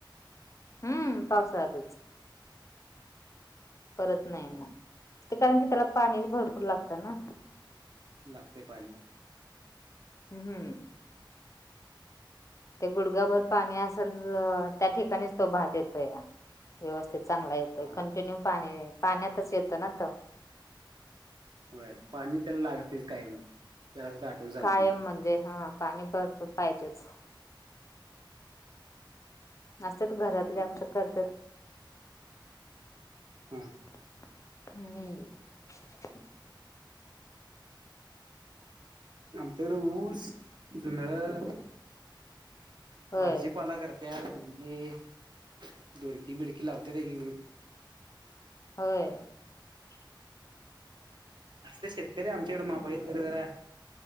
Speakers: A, on the left (about 40°); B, on the right (about 60°).
A: हम्म पावसाळ्यातच परत नाही
B: हा
A: मग ते कारण की त्याला पाणी भरपूर लागतं ना
B: लागतेय पाणी
A: हम् हम ते गुडगाभर पाणी असेल त्या ठिकाणीच तो भात येतो या व्यवस्थित चांगला येतोय
B: हा
A: कंटिन्यू पाणी पाण्यातच येतो ना त
B: हो पाणी त्याला लागतेच काय म्ह त्याला आठवण चालत
A: कायम
B: नाही
A: म्हणजे हा पाणी भरपूर पाहिजेच असतात घरातल्या
B: हा
A: आमच्या करतात
B: होळ
A: हम्
B: आमच्याकडे ऊस धुधळ
A: होय
B: भाजीपाला करतात त्या म्हणगे धोडकी बिडकी लावते दे की
A: होय <inaudible>
B: असले शेतकरी आमच्याकडे मापा येत जरा